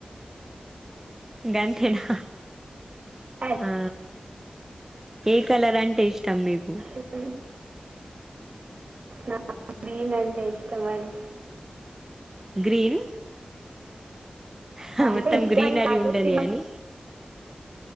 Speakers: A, on the right; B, on the right.
A: గాంతేనా
B: ఐస్
A: ఆ ఏ కలర్ అంటే ఇష్టం మీకు
B: క్రీమ్. నా గ్రీన్ అంటే ఇష్టమండి
A: గ్రీన్ హ
B: అంటే
A: మొత్తం
B: ఇష్టమని
A: గ్రీనరీ
B: కాదు
A: ఉండనీ
B: చిన్న
A: అని